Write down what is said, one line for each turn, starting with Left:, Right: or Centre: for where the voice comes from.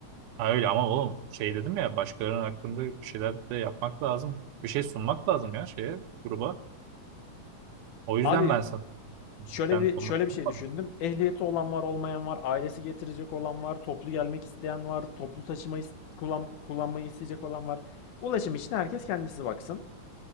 Right: Ha öyle ama oğlum şey dedim ya başkalarının hakkında bir şeyler de yapmak lazım. Bir şey sunmak lazım ya şeye gruba. O yüzden
Left: Abi
Right: ben sana
Left: Şöyle
Right: sen
Left: bir
Right: onu
Left: şöyle bir şey
Right: tamam
Left: düşündüm. Ehliyeti olan var, olmayan var, ailesi getirecek olan var, toplu gelmek isteyen var, toplu taşıma is- kullan kullanmayı isteyecek olan var. Ulaşım için herkes kendisi baksın.